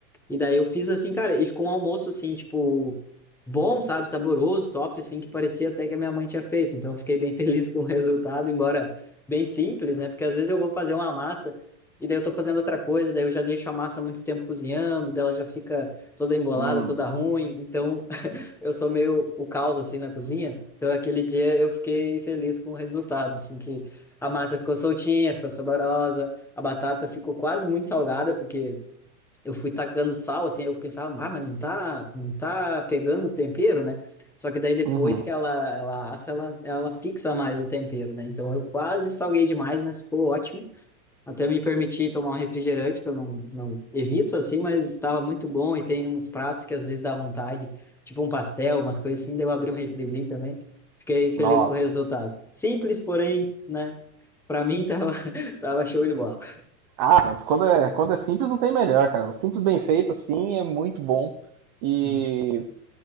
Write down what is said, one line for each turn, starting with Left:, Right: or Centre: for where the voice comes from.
Centre: e daí eu fiz assim, cara, e ficou um almoço assim, tipo, bom, sabe, saboroso, top, assim, que parecia até que a minha mãe tinha feito. Então eu fiquei bem <laughs> feliz com o resultado, embora bem simples, né? Porque às vezes eu vou fazer uma massa e daí eu tô fazendo outra coisa, daí eu já deixo a massa muito tempo cozinhando, daí ela já fica toda embolada,
Right: uhum,
Centre: toda ruim. Então <laughs> eu sou meio o caos assim na cozinha. Então aquele dia eu fiquei feliz com o resultado, assim, que a massa ficou soltinha, ficou saborosa, a batata ficou quase muito salgada, porque eu fui tacando sal, assim, eu pensava, ah, mas não tá, não tá pegando o tempero, né? Só que daí depois
Right: uhum.
Centre: que ela, ela assa, ela, ela fixa mais o tempero, né? Então eu quase salguei demais, mas ficou ótimo. Até me permiti tomar um refrigerante, que eu não, não evito, assim, mas estava muito bom. E tem uns pratos que às vezes dá vontade, tipo um pastel, umas coisas assim, daí eu abri um refrizinho também. Fiquei feliz
Right: Nossa.
Centre: com o resultado. Simples, porém, né? Pra mim tava, <laughs> tava show de bola.
Right: Ah, mas quando é, quando é simples não tem melhor, cara. O simples bem feito assim é muito bom. E
Centre: Hum.